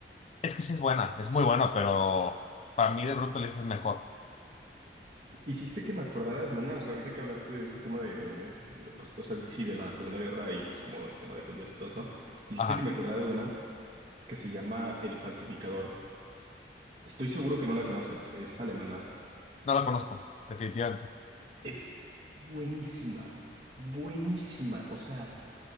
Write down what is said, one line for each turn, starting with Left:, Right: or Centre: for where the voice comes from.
Left: Es que sí es buena, es muy buena, pero para mí de Brutalist es mejor.
Right: Hiciste que me acordara de una, o sea, ahorita que hablaste de ese tema de, de- pues, o sea, de- sí, de la Segunda Guerra y pues como el tema de judíos y todo eso, hiciste
Left: Ajá,
Right: que me acordara de una que se llama El Falsificador. Estoy seguro que no la conoces, es alemana.
Left: no la conozco, definitivamente.
Right: Es buenísima, buenísima, o sea,